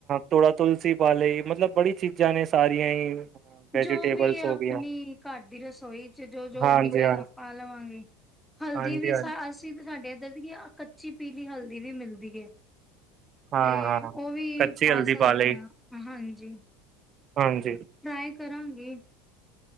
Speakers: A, on the right; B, in the centre.
A: ਥੋੜਾ ਤੁਲਸੀ ਪਾ ਲਈ, ਮਤਲਬ ਬੜੀ ਚੀਜ਼ਾਂ ਨੇ ਸਾਰੀਆਂ ਹੀ। ਵੈਜੀਟੇਬਲਸ
B: ਜੋ ਵੀ ਹੈ
A: ਹੋ
B: ਆਪਣੀ
A: ਗਈਆਂ
B: ਘਰ ਦੀ ਰਸੋਈ ਚ ਜੋ-ਜੋ
A: ਹਾਂਜੀ
B: ਮਿਲੇਗਾ
A: ਹਾਂ
B: ਪਾਂ ਲਵਾਂਗੇ। ਹਲਦੀ
A: ਹਾਂਜੀ
B: ਵੀ
A: ਹਾਂਜੀ
B: ਅਸੀਂ ਤਾਂ ਸਾਡੇ ਇੱਧਰ ਦੀ ਕੱਚੀ ਪੀਲੀ ਹਲਦੀ ਵੀ ਮਿਲਦੀ ਏ।
A: ਹਾਂ
B: ਤੇ
A: ਹਾਂ
B: ਉਹ ਵੀ
A: ਕੱਚੀ
B: ਪਾ
A: ਹਲਦੀ
B: ਸਕਦੇ
A: ਲਈ
B: ਹਾਂ ਹਾਂਜੀ।
A: ਹਾਂਜੀ।
B: ਟਰਾਈ ਕਰਾਂਗੇ।